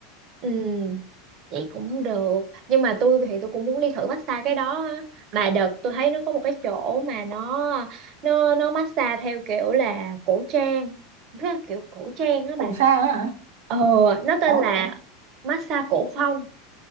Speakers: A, on the right; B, on the right.
A: Ừ, vậy cũng được. Nhưng mà tôi thì tôi cũng muốn đi thử massage cái đó á. Mà đợt tôi thấy nó có một cái chỗ mà nó nó nó massage theo kiểu là cổ trang, rất là kiểu cổ trang đó bà.
B: khổ xa á hả
A: Ờ, nó tên
B: có
A: là
B: luôn hả
A: massage cổ phong.